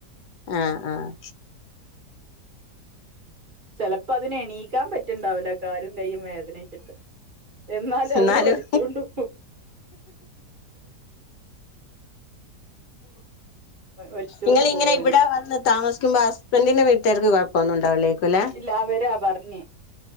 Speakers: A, on the left (about 75°); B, on the right (about 35°).
A: ആഹ് ആഹ്.
B: ചെലപ്പോ അതിനെ എണീക്കാൻ പറ്റുണ്ടാവില്ല കാരും കൈ്യും വേ തിനച്ചിട്ട് എന്നാല
A: എന്നാലും
B: അതിനെ വലിച്ചൊണ്ട് പോ വലിച്ചോണ്ട്
A: ഇങ്ങളിങ്ങനെ
B: പോവും അതിനെ
A: ഇവിടെ വന്ന് ക് താമസിക്കുമ്പോ ഹസ്ബൻറിന്റെ വീട്ടേര്ക്ക് കൊഴ പോന്നുണ്ടാവിലേൽക്കുലേ.?
B: ഇല്ല അവരാ പറഞ്ഞ